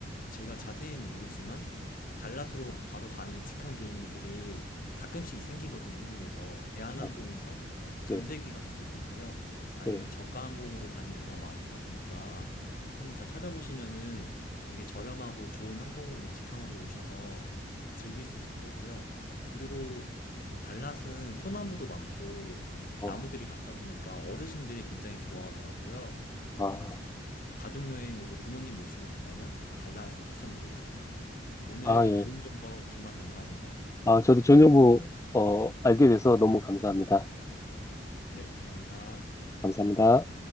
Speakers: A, on the left; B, on the left.
A: 제가 자세히는 모르지만 달랏으로 바로 가는 직항 비행기들이 가끔씩 생기거든요, 한국에서. 대한항공에서
B: 아,
A: 전세기가
B: 네,
A: 갈 때도 있고요. 아니면
B: 예,
A: 저가 항공으로 가는 경우가 많다 보니까 한번 잘 찾아보시면은 되게 저렴하고 좋은 항공으로 직항으로 오셔서 즐길 수 있을 거고요. 그리고 달랏은 소나무도 많고
B: 어,
A: 나무들이 많다 보니까 어르신들이 굉장히 좋아하더라고요.
B: 아,
A: 그래서 저는 가족여행으로 부모님 모시고 간다면 달랏을 추천드리겠습니다. 오늘
B: 아, 예.
A: 좋은 정보 정말 감사합니다.
B: 아, 저도 좋은 정보 어, 알게 돼서 너무 감사합니다.
A: 네, 감사합니다.
B: 감사합니다.